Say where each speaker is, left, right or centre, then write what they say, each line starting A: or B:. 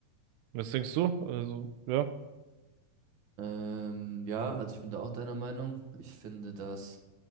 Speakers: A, on the right; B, on the right.
A: Was denkst du? Also, ja.
B: Ähm, ja, also ich bin da auch deiner Meinung. Ich finde, dass,